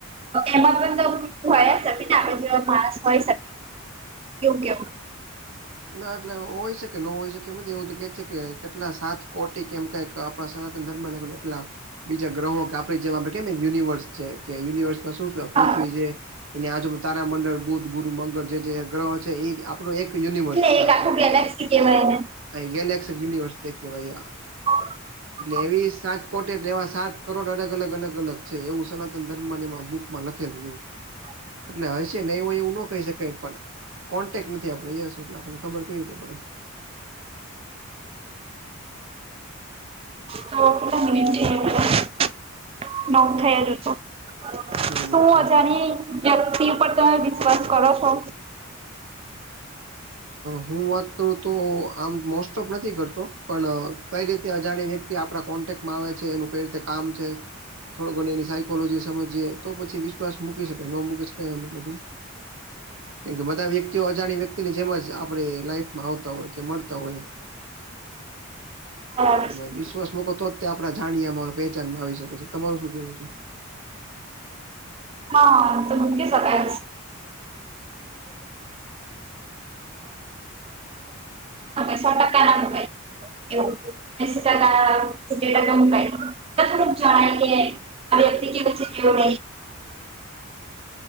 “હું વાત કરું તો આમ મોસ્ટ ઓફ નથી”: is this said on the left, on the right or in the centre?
Right